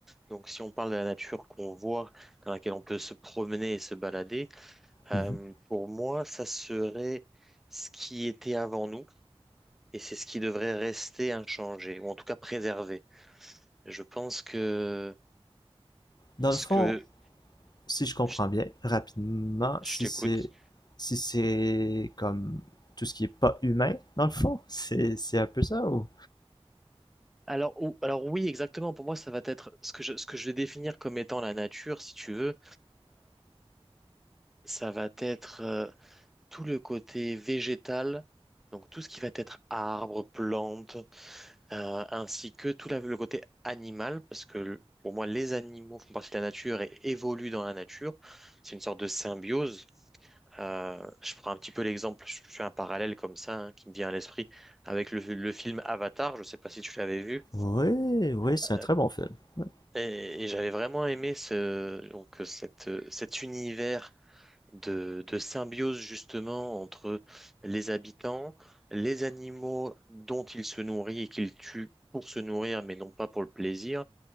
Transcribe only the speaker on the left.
Mhm.
Dans
le fond,
si je comprends
bien, rapidement,
si
c'est, si c'est comme tout ce qui est pas humain, dans le fond, c'est, c'est un peu ça ou?
Ouais, ouais, c'est
un très bon film. Ouais.